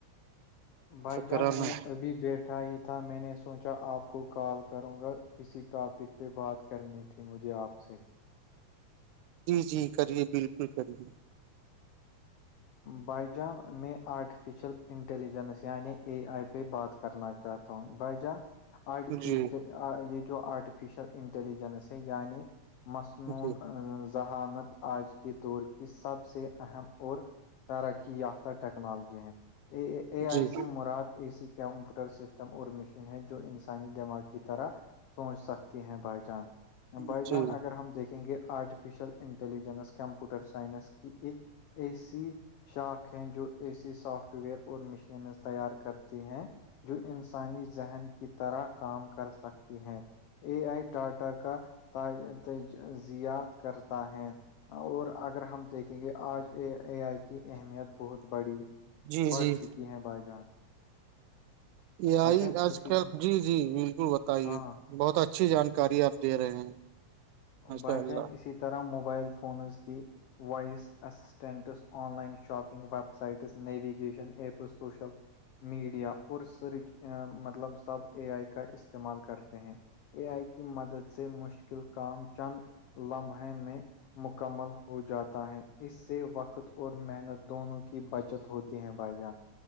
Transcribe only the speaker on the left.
بھائی جان
میں
ابھی بیٹھ اٹھا ہی تھا میں نے سوچا آپ کو کال کروں گا کسی ٹاپک پہ بات کرنی تھی مجھے آپ سے
بائی جان میں آرٹیفیشل انٹیلیجنس یعنی اے آئی پہ بات کرنا چاہتا ہ تو بائی جان آرٹیف
یہ جو آرٹیفیشل انٹیلیجنس ہے یعنی مصنون
ذہانت آج کے دور کی سب سے اہم اور ترقی یافتہ ٹیکنالوجی ہیں اے
آئی سے مراد اے سی کمپیوٹر سسٹم اور مشین ہے جو انسانی دماغ کی طرح سوچ سکتی ہیں بھائی جان
بائی جان اگر ہم دیکھیں گے artificial intelligence computer science کی ایک اے سی شاخ ہیں جو ایسی سافٹ ویئر اور مشینز تیار کرتی ہیں جو انسانی ذہن کی طرح کام کر سکتی ہیں اے آئی ٹاٹا کا تجزیات کرتا ہے اور اگر ہم دیکھیں گے آج اے اے آئی کی اہمیت بہت بڑی
بڑھ
چکی ہے بائی جان
بھائی
جان
اسی
ہاں
بھائی
جان اسی طرح موبائل فونز کی voice assistants online shopping web sites navigation apps social media اور سرچ مطلب سب اے آئی کا استعمال کرتے ہیں اے آئی کی مدد سے مشکل کام چند لمحے میں مکمل ہو جاتا ہے اس سے وقت اور محنت دونوں کی بچت ہوتی ہے بھائی جان